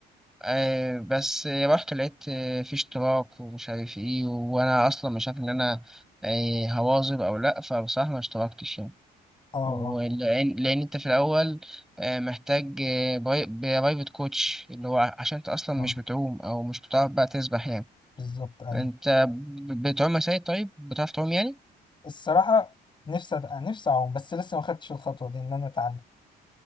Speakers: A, in the centre; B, on the left (about 30°).
A: إيه بس رحت لقيت إيه في اشتراك ومش عارف ايه وانا اصلا مش عارف ان انا إيه هواظب او لا فبصراحة ما اشتركتش يعني.
B: اه
A: ولأن
B: اه
A: لأن أنت في الأول آه، محتاج آه، باي- برايفت كوتش اللي هو ع- عشان أنت أصلا
B: اه
A: مش بتعوم أو مش بتعرف بقى تسبح يعني
B: بالظبط ايوه
A: أنت ب- بتعوم يا سيد طيب بتعرف تعوم يعني
B: الصراحة نفسي أت... نفسي أعوم بس لسه ما خدتش الخطوة دي إن أنا أتعلم